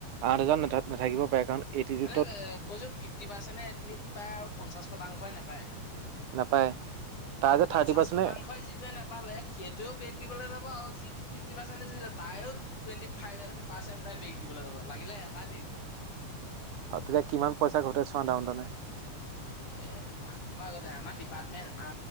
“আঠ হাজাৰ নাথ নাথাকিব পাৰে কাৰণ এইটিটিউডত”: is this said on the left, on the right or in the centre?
Right